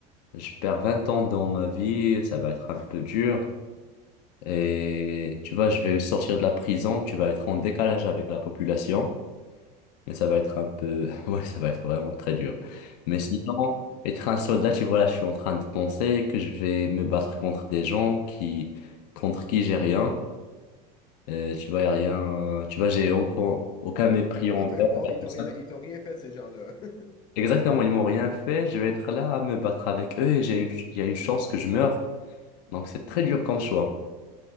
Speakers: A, on the left; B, on the left.
A: Je perds 20 ans dans ma vie, ça va être un peu dur, et tu vois, je vais sortir de la prison, tu vas être en décalage avec la population. Mais ça va être un peu... <laughs> Ouais, ça va être vraiment très dur. Mais sinon, être un soldat, tu vois, là, je suis en train de penser que je vais me battre contre des gens qui... contre qui j'ai rien. Euh, tu vois, y a rien... Tu vois, j'ai aucun, aucun mépris envers
B: Ils t'ont ils t'ont-
A: et
B: ils
A: tout
B: t'ont
A: ça.
B: rien, ils t'ont rien fait, ces gens-là. <laughs>
A: Exactement, ils m'ont rien fait. Je vais être là à me battre avec eux et j'ai une... il y a une chance que je meure. Donc, c'est très dur comme choix.